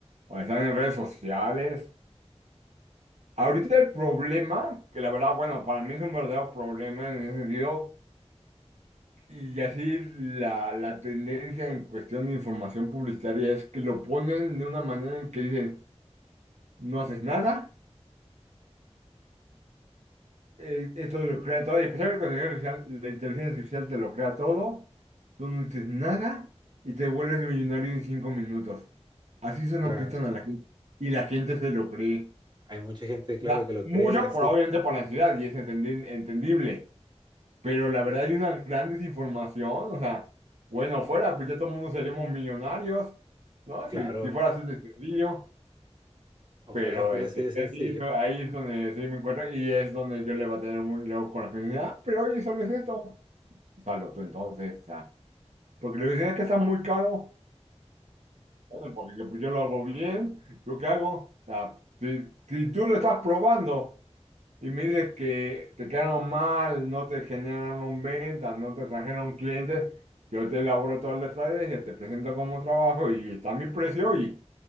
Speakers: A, on the right (about 85°); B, on the right (about 40°).
A: o están en redes sociales. Ahorita el problema, que la verdad, bueno, para mí es un verdadero problema en ese sentido, y así la, la tendencia en cuestión de información publicitaria es que lo ponen de una manera en que dicen, no haces nada. eh, esto lo crea todo, y especialmente cuando la inteligencia artificial, la inteligencia artificial te lo crea todo, tú no dices nada y te vuelves millonario en cinco minutos. Así se lo
B: claro,
A: pintan a la gente. Y la gente se lo cree.
B: hay mucha gente, claro,
A: O sea,
B: que lo
A: mucho
B: cree así.
A: por obviamente por la ansiedad, y es entendi- entendible. Pero la verdad hay una gran desinformación. O sea, bueno, fuera, pues ya todo el mundo seríamos millonarios, ¿no?
B: Claro,
A: Si, si fuera así de sencillo.
B: ojalá
A: Pero
B: fuera
A: este,
B: así de sencillo.
A: así, no, ahí es donde sí me encuentro y es donde yo le va a tener muy luego con la gente. Ah, pero oye, solo es esto. Salvo tú entonces, o sea, porque le dicen es que está muy caro. Bueno, porque yo, pues, yo lo hago bien, ¿yo qué hago? O sea, si, si tú lo estás probando y me dices que te quedaron mal, no te generaron ventas, no te trajeron clientes, yo te elaboro toda la estrategia, te presento como trabajo y está mi precio y